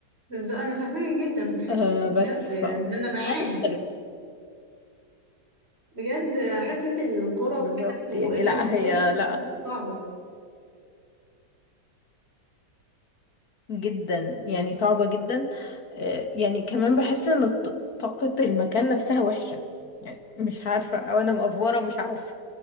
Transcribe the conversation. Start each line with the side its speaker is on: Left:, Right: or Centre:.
Right: بس انا فاهمك جدا في الحتة
Left: آه
Right: دي بجد
Left: بس
Right: يعني
Left: ف
Right: ده انا بعاني
Left: مختلف.
Right: بجد حتة الكرة
Left: بالظبط
Right: وكده وقلة
Left: يعني لا
Right: الوقت
Left: هي لا
Right: صعبة
Left: جدا يعني صعبة جدا آه، يعني كمان بحس ان الط- طاقة المكان نفسها وحشة يعني مش عارفة او انا مأفورة مش عارفة